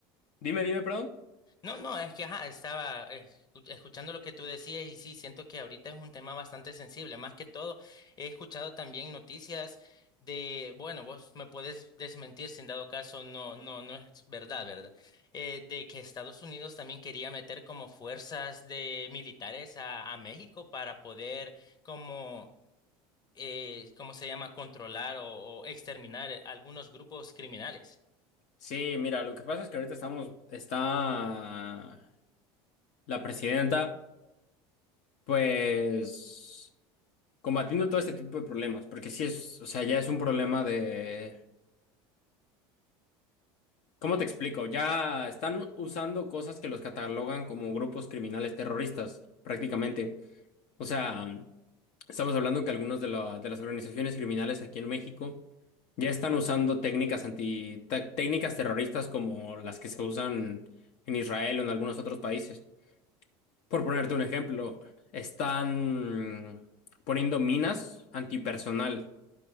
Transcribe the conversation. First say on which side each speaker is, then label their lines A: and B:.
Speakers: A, on the left; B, on the left.
A: Dime, dime, perdón.
B: No, no, es que ajá, estaba eh, escu- escuchando lo que tú decías y sí, siento que ahorita es un tema bastante sensible. Más que todo, he escuchado también noticias de, bueno, vos me puedes desmentir si en dado caso, no, no, no es verdad, ¿verdad? Eh, de que Estados Unidos también quería meter como fuerzas de militares a, a México para poder como, eh, ¿cómo se llama?, controlar o o exterminar algunos grupos criminales.
A: Sí, mira, lo que pasa es que ahorita estamos, está la presidenta, pues, combatiendo todo este tipo de problemas, porque sí es, o sea, ya es un problema de, ¿cómo te explico? Ya están usando cosas que los catalogan como grupos criminales terroristas, prácticamente. O sea, estamos hablando que algunas de, la- de las organizaciones criminales aquí en México ya están usando técnicas anti, te- técnicas terroristas como las que se usan en Israel o en algunos otros países. Por ponerte un ejemplo, están poniendo minas antipersonal.